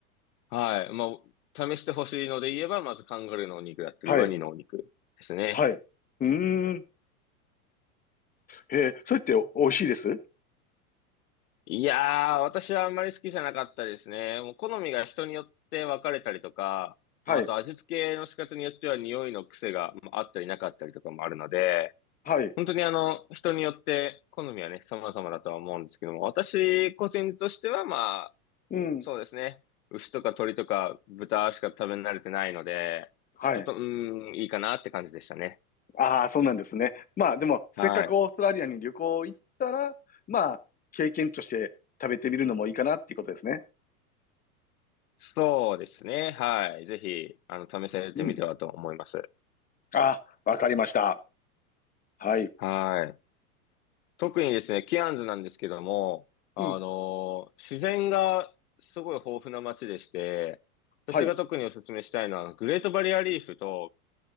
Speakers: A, on the left; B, on the left.
A: はい。まあ、試してほしいので言えば、まずカンガルーのお肉だったり、
B: はい。
A: ワニのお肉ですね。
B: はい。うーん。へえ、それってお美味しいです
A: いやー、私はあんまり好きじゃなかったですね。もう好みが人によって分かれたりとか、
B: はい。
A: まあ、あと味付けの仕方によっては匂いの癖がまああったりなかったりとかもあるので、
B: はい。
A: 本当にあの、人によって好みはね、様々だとは思うんですけども、私個人としてはま
B: うん。
A: そうですね。牛とか鳥とか豚しか食べ慣れてないので、
B: はい。
A: ちょっと、うーん、いいかなって感じでしたね。
B: ああ、そうなんですね。まあでも、せっかくオーストラリアに旅行行ったら、
A: はい。
B: まあ、経験として食べてみるのもいいかなっていうことですね。
A: そうですね。はい。ぜひ、あの、試されてみてはと思います。
B: うん。ああ、わかりました。はい。
A: はい。特にですね、ケアンズなんですけども、あのー自然がすごい豊富な街でして、
B: うん。
A: 私が特にお勧めしたいのは、
B: はい。
A: グレートバリアリーフと、